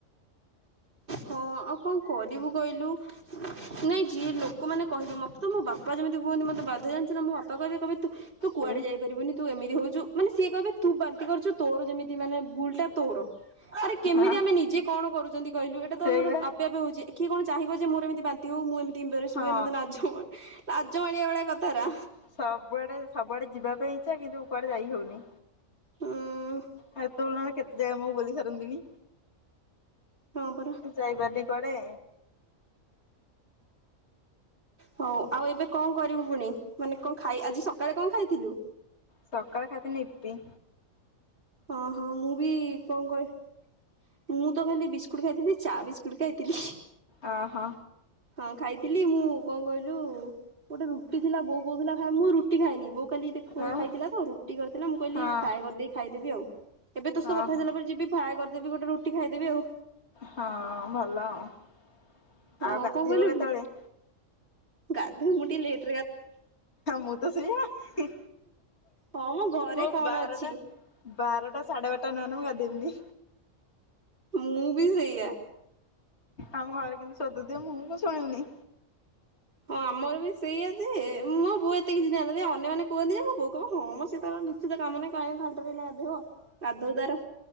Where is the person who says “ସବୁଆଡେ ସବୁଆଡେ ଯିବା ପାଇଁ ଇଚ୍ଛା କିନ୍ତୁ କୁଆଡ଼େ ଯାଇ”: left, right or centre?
Left